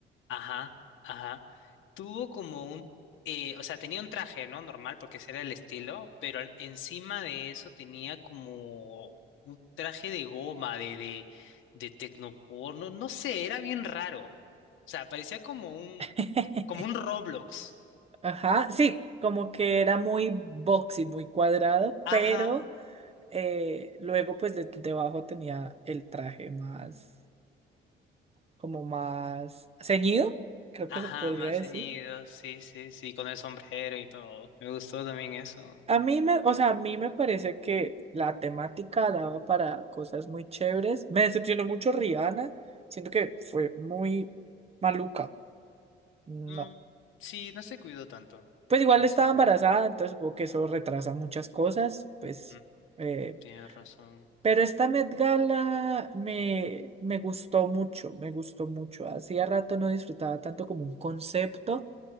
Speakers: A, on the left (about 85°); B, on the right (about 30°).
A: Ajá, ajá. tuvo como un, eh, o sea, tenía un traje, ¿no? Normal, porque ese era el estilo, pero al- encima de eso tenía como un traje de goma, de, de, de tecnoporno, no sé, era bien raro. O sea, parecía como un,
B: <laughs>
A: como un Roblox.
B: Ajá, sí, como que era muy boxy, muy cuadrado,
A: Ajá,
B: pero eh, luego pues de- debajo tenía el traje más, como más ceñido, creo
A: ajá,
B: que se podría
A: más
B: decir.
A: ceñido, sí, sí, sí, con el sombrero y todo. Me gustó también eso.
B: A mí me, o sea, a mí me parece que la temática daba para cosas muy chéveres. Me decepcionó mucho Rihanna, siento que fue muy maluca. No.
A: Mm, sí, no se cuidó tanto.
B: Pues igual
A: No
B: estaba
A: se cuidó.
B: embarazada,
A: t-
B: entonces supongo que eso retrasa muchas cosas, pues.
A: Mm,
B: eh,
A: tienes razón.
B: pero esta Met Gala me, me gustó mucho, me gustó mucho. Hacía rato no disfrutaba tanto como un concepto.